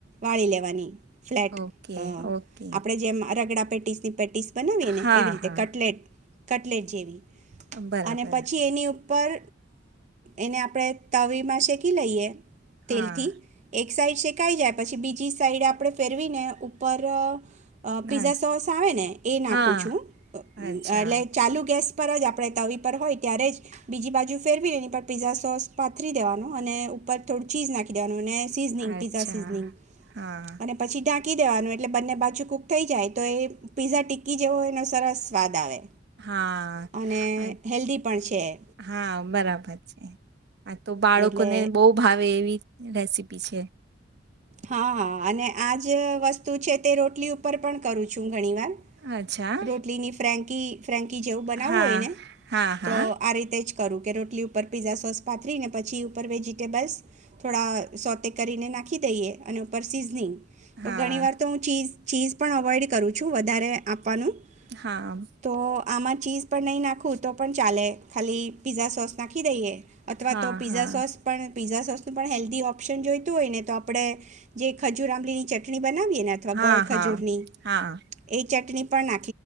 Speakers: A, on the right; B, on the right.
A: વાળી લેવાની ફ્લેટ
B: ઓકે
A: અ
B: ઓકે
A: આપણેે જેમ રગડા પટીસથી પટીસ બનાવીએને
B: હા
A: એવી રીતે
B: હા
A: કટલેટ કટલેટ જેવી
B: બરાબર
A: અને પછી એની ઉપર એને આપણે તવીમાં શેકી લઈએ.
B: હા
A: તેલથી એક સાઈડ શેકાઈ જાય પછી બીજી સાઈડ આપડણે ફેરવી ને ઉપર પિઝા
B: હા
A: સોસ આવે ને એ નાખું
B: હા
A: છું
B: અચ્છા
A: એટલે ચાલુ ગેસ પર જ આપળે તવી પર હોય ત્યારે જ બીજી બાજુ ફેરવી એની પર પીઝા સોસ પાથરી દેવાનો અને ઉપર થોડું ચીઝ નાખી દેવાનું અને સિઝનીંગ
B: અચ્છા
A: પીઝા સિઝનીંગ
B: હા
A: અને પછી ઢાંકી દેવાનું એટલે બંને બાજુ કુક થઈ જાય તો એ પીઝા ટિક્કી જેવો એનો સરસ સ્વાદ આવે.
B: હા
A: અને
B: <unintelligible>
A: હેલ્ધી પણ છે એ.
B: હા બરાબર છે, <unintelligible> તો બાળકોને
A: એટલે
B: બો ભાવે એવી રેસીપી છે.
A: હા હા અને આજ વસ્તુ છે તે રોટલી ઉપર પણ કરું છું ઘણી વાર,
B: અચ્છા
A: રોટલીની ફ્ર્રેન્કી ફ્રેન્કી જેવું બનાવવું
B: હા
A: હોય ને
B: હા હા
A: તો, આ રીતે જ કરું. કે રોટલી ઉપર પીઝા સોસ પાથરી ને, પછી ઉપર વેજીટેબલ્સ થોડા સોતે કરીને નાખી દઈએ અને ઉપર સિઝનિંગ.
B: હા
A: તો ઘણી વાર તો હું ચીજ ચીઝ પણ અવોઈડ કરું છું, વધારે આપ આપનું,
B: હા
A: તો આમાં, ચીઝ પણ નહીં નાખું તો પણ ચાલે, ખાલી પીઝા સોસ <unintelligible> દઈએ અથવા,
B: હા
A: તો પીઝા
B: હા
A: સોસ પણ પીઝા સોસનું, પણ હેલ્ધી ઓપ્શન <unintelligible> <unintelligible> હોય, ને તો આપળે જે ખજુર આમબલી ની ચ <unintelligible> બનાવીએ અથવા
B: હા
A: ગોડ ખજૂર
B: હા
A: ની,
B: હા
A: એ. ચટણી પણ નાખ.